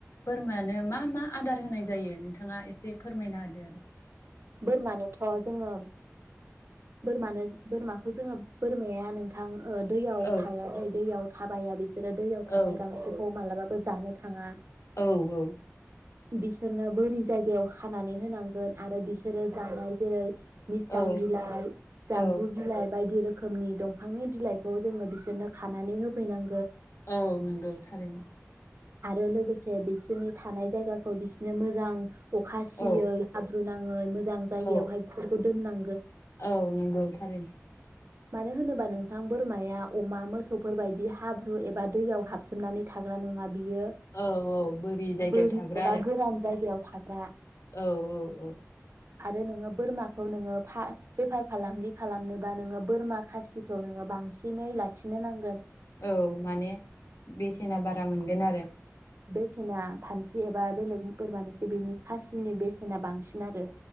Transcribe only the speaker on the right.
बोरमानो थ' जोङो बोरमानो बोरमाखौ जोङो बोरमाया नोंथां दैयाव
थाया दै, दैयाव थाबाया बेसो रो दैयाव थानाय
गांसोखौ मालाबा बो जानो थाङा।
बिसोरनो बोरि जायगायाव खानानै होनांगोन आरो बि <unintelligible> मिसथां
बिलाइ जामबु
बिलाइ बायदि रोखोम रोखोमनि दंफांनि बिलाइखौ जोंङो बिसोरनो खानानै होफैनां
आरो लोगोसे बिसोरनि थानाय जायगाखौ बिसोरनो मोजां अखा सियै
<inaudible> <unintelligible> मोजां जायगायावहाय
बिसोरखौ दोनां
मानो होनोबा नोंथां बोरमाया अमा मोसौफोर बायदि हाब्रु एबा दैयाव हाबसोमनानै थाग्रा नङा बियो
बोरि
एबा
गोरान जायगायाव फाग्रा
आरो नोंङो बोरमाखौ नोंङो फा बेफार फालांगि खालामनोबा नोंङो बोरमा खासिखौ नोंङो बांसिनै लाखिनो नां
बेसेना फान्थि एबा बेलेग बोरमानिफ्राय बिनि खासिनि बेसेना बांसिन आरो।